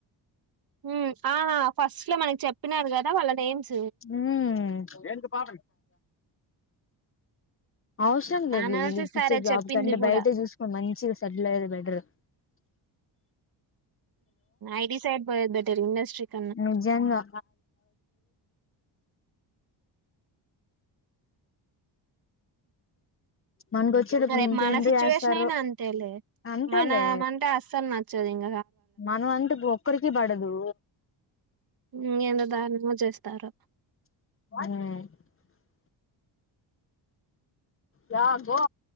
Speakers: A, on the right (about 50°); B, on the left (about 30°).
A: ఉమ్ ఆహా ఫస్ట్ లో మనకి చెప్పినారు గదా వాళ్ళ నేమ్స్
B: ఊమ్ తంగా అవసరం లేదులే
A: అనాలసిస్
B: వీళ్పిచ్చే
A: సారే
B: జాబ్
A: చెప్పింది
B: కంటే
A: కూడా
B: బయట చూసుకొని మంచిగా సెటిల్‌ అయ్యేది బెటర్ <unintelligible>
A: ఐది సైడ్ బోయేది బెటరు ఇండస్ట్రీ కన్నా
B: నిజంగా మనకు వచ్చేటప్పుడు
A: రేపు
B: ఇంకెందుకు
A: మన సిచ్యువేషన్
B: చేస్తారో
A: అయినా అంతేలే
B: అంతేలే
A: మనమంటే అస్సల్‌ న <unintelligible>
B: మనం అంటే ఒక్కరి కిబడదు
A: హ్మ్ ఎంత దార్నమొ జేస్తారో
B: హామ్ యా గో